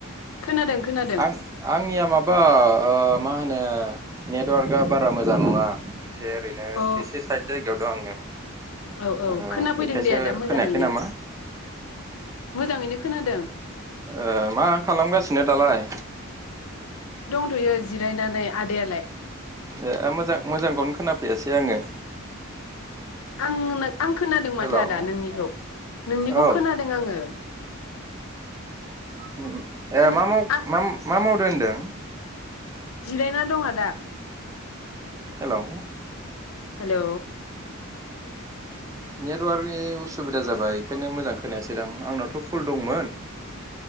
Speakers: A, on the left; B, on the right.
A: खोनादों खोनादों
B: आं आंनिया माबा ओ मा होनो नेटवार्कआ बारा मोजां नङा एसे ओरैनो
A: अ
B: एसे साइद जायगायाव दं आङो
A: औ औ
B: ओ
A: खोनाफैदों
B: बेखायसो
A: दे आदा मोजाङैनो।
B: खोनायाखै नामा
A: मोजाङैनो खोनादों।
B: ओ मा खालामगासिनो दालाय?
A: थ'यो जिरायनानै आदायालाय।
B: ए मोजां मोजांखौनो खोनाफैयासै आङो।
A: आंनो आं खोनादों माथो
B: हेलौ
A: आदा नोंनिखौ नोंनिखौ
B: औ
A: खोनादों आङो।
B: उम उम ए
A: खोना
B: मा माव
A: आं
B: मा मावदों होनदों? <inaudible>
A: जिरायना दं आदा।
B: हेलौ
A: हेलौ
B: नेटवार्कनि उसुबिदा जाबाय बेखायनो मोजां खोनायासै दां आंनावथ' फुल दंमोन।